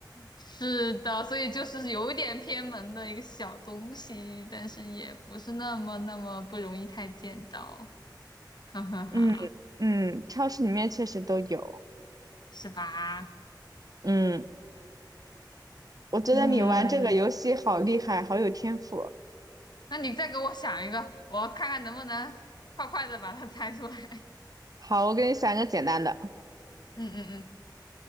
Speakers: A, on the left; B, on the right.
A: 是的，所以就是有一点偏门的一个小东西，但是也不是那么那么不容易太见到，<laughs> 哈哈哈，
B: 嗯嗯，超市里面确实都有。
A: 是吧？
B: 嗯，我觉得你玩这个游戏好厉害，
A: 嗯。
B: 好有天赋。
A: <laughs> 那你再给我想一个，我看看能不能快快的把它猜出来。<laughs>
B: 好，我给你想一个简单的。
A: 嗯嗯嗯，